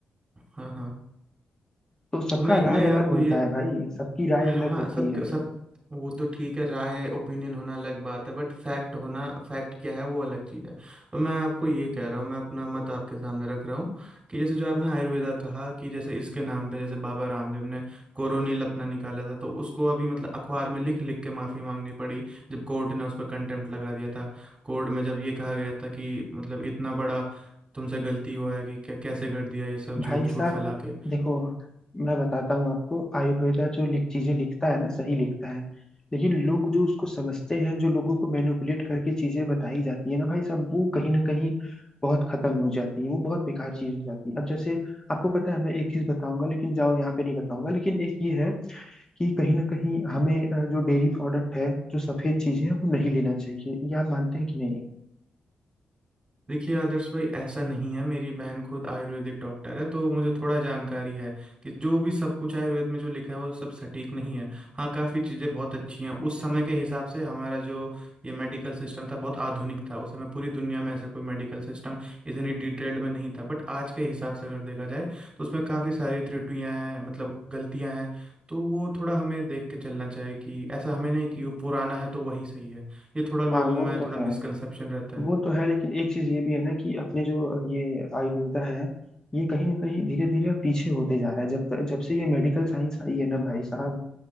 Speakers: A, on the right; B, on the left.
A: हाँ हाँ
B: तो सबका
A: तो मैं
B: राय
A: मैं
B: अलग
A: आपको
B: होता
A: ये
B: है भाई सबकी राय
A: हाँ
B: अलग
A: हाँ
B: होती
A: सब
B: है
A: सब वो तो ठीक है राय ओपिनियन होना अलग बात है बट फैक्ट होना फैक्ट क्या है वो अलग चीज़ है तो मैं आपको ये कह रहा हूँ मैं अपना मत आपके सामने रख रहा हूँ कि जैसे जो आपने आयुर्वेदा कहा कि जैसे इसके नाम पे जैसे बाबा रामदेव ने कोरोनिल अपना निकाला था तो उसको अभी मतलब अखबार में लिख लिख के माफ़ी मांगनी पड़ी जब कोर्ट ने उस पर कंटेम्प्ट लगा दिया था कोर्ट में जब ये कहा गया था कि मतलब इतना बड़ा तुमसे गलती हुआ है कि कै- कैसे कर दिया ये सब
B: भाई
A: झूठ
B: साहब
A: झूठ फैला के
B: देखो मैं बताता हूँ आपको आयुर्वेदा जो लिख चीजें लिखता है ना सही लिखता है लेकिन लोग जो उसको समझते हैं जो लोगों को मैनिपुलेट करके चीजें बताई जाती है ना भाई साहब वो कहीं ना कहीं बहुत खत्म हो जाती है वो बहुत बेकार चीज हो जाती है अब जैसे आपको पता है मैं एक चीज बताऊंगा लेकिन जाओ यहाँ पे नहीं बताऊंगा लेकिन एक ये है कि कहीं ना कहीं हमें अ, जो डेयरी प्रोडक्ट है जो सफेद चीजें हैं वो नहीं लेना चाहिए ये आप मानते हैं कि नहीं
A: देखिए आदर्श भाई ऐसा नहीं है मेरी बहन खुद आयुर्वेदिक डॉक्टर है तो मुझे थोड़ा जानकारी है कि जो भी सब कुछ आयुर्वेद में जो लिखा है वो सब सटीक नहीं है हाँ काफ़ी चीज़ें बहुत अच्छी हैं उस समय के हिसाब से हमारा जो ये मेडिकल सिस्टम था बहुत आधुनिक था उस समय पूरी दुनिया में ऐसा कोई मेडिकल सिस्टम इतनी डिटेल्ड में नहीं था बट आज के हिसाब से अगर देखा जाए तो उसमें काफ़ी सारी त्रुटियां हैं मतलब गलतियां हैं तो वो थोड़ा हमें देख के चलना चाहिए कि ऐसा हमें नहीं कि वो पुराना है तो वही सही है ये थोड़ा लोगों
B: हाँ वो
A: में
B: तो
A: थोड़ा
B: है
A: मिसकंसेप्शन रहता है
B: वो तो है लेकिन एक चीज ये भी है ना कि अपने जो ये आयुर्वेदा है ये कहीं ना कहीं धीरे धीरे अब पीछे होते जा रहा है जब जब से ये मेडिकल साइंस आई है ना भाई साहब